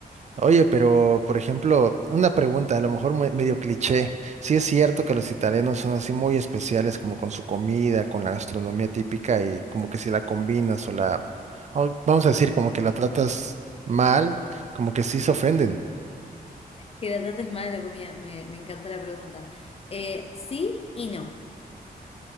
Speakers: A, on the right (about 45°); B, on the left (about 40°).
A: Oye, pero por ejemplo, una pregunta, a lo mejor mue- medio cliché. Sí es cierto que los italianos son así muy especiales como con su comida, con la gastronomía típica y como que si la combinas o la, o vamos a decir, como que la tratas mal, como que sí se ofenden.
B: Que la trates mal la comida, me, me encanta la pregunta. Eh, sí y no.